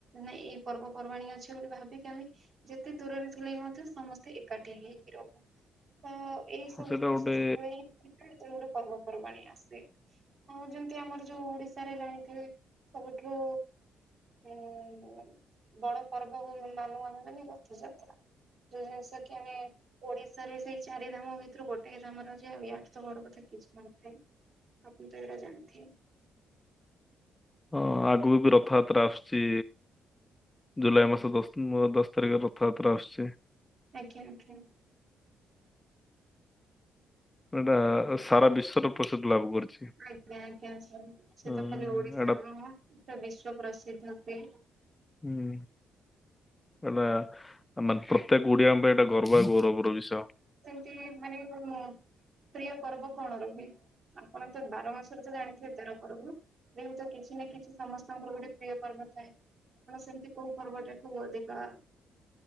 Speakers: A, on the right; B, on the left.
A: ନା ଏଇ ପର୍ବପର୍ବାଣୀ ଅଛି ବୋଲି ଭାବିକି ଆମେ ଯେତେ ଦୂରରେ ଥିଲେ ହି ମଧ୍ୟ ସମସ୍ତେ ଏକାଠି ହେଇକି ରହୁ। ତ ଏଇ ସବୁ
B: ସେଇଟା
A: ଜିନିଷ
B: ଗୋଟେ
A: <unintelligible> ପର୍ବପର୍ବାଣୀ ଆସେ ଆଉ ଯେମିତି ଆମର ଯୋଉ ଓଡିଶି ସାରେ ଜାଣିଥିବେ ସବୁଠୁ ହଁ ବଡ ପର୍ବ ମାନୁ ଆମେ ମାନେ ରଥଯାତ୍ରା। ଯୋଉ ଜିନିଷ କି ଆମେ ଓଡିଶାରେ ସେଇ ଚାରି ଧାମ ଭିତରୁ ଗୋଟେ ଧାମ ର ଯାଏ ଆଠୁ ତ ଘର କଥା କିଛି ନଥାଏ ଆପଣ ତ ଏରା ଜାଣିଥିବେ।
B: ହଁ ଆଗୁକୁ ବି ରଥଯାତ୍ରା ଆସୁଛି ଜୁଲାଇ ମାସ ଦଶ ଅଁ ଦଶ ତାରିଖ ରଥଯାତ୍ରା ଆସୁଛି
A: ଆଜ୍ଞା ଆଜ୍ଞା।
B: ଏଇଟା ସାରା ବିଶ୍ଵରେ ପ୍ରସ୍ତୁତି ଲାଭ କରିଛି।
A: ଆଜ୍ଞା ଆଜ୍ଞା ସ ସେ
B: ଅ,
A: ତ ଖାଲି ଓଡିଶାର
B: ଏଇଟା
A: ନୁହଁ ସେ ବିଶ୍ଵ ପ୍ରସିଦ୍ଧ୍ୟ ସେ।
B: ହୁଁ ଏଟା ମାତ୍ର ତେକେ ଓଡିଆ ଙ୍କ ପାଇଁ ଏଇଟା ଗର୍ବ ଆଉ ଗୌରବର ବିଷୟ।
A: ତେ ମାନେ ଉଁ ପ୍ରିୟ ପର୍ବ କଣ ରୁହେ? ଆପଣ ତ ବାର ମାସରେ ତ ଜାଣିଥିବେ ତେର ପର୍ବ ଦେହୁଚ କିଛି ନା କିଛି ସମସ୍ତଙ୍କର ଗୋଟେ ପ୍ରିୟ ପର୍ବ ଥାଏ ସେମିତି କୋଉ ପର୍ବଟା କୁ ଅଧିକା